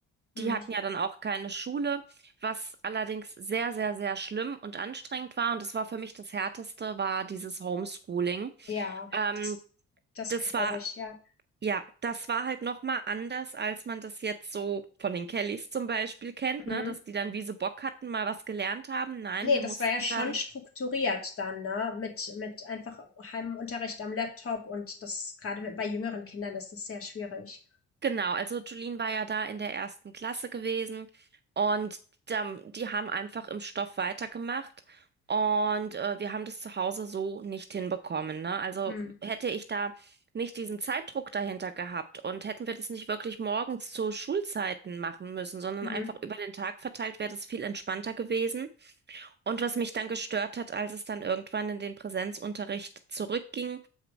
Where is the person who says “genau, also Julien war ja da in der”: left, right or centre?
Right